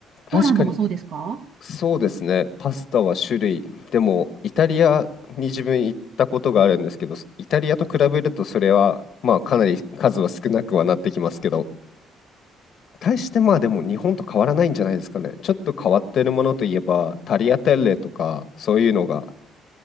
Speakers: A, on the left (about 65°); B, on the right (about 70°).
A: 確かに、
B: ポーランドもそうですか
A: そうですね。パスタは種類。でも、イタリアに自分行ったことがあるんですけど、イタリアと比べるとそれは、まあ、かなり数は少なくはなってきますけど、対してまあでも日本と変わらないんじゃないですかね。ちょっと変わってるものといえば、タリアテッレとか、そういうのが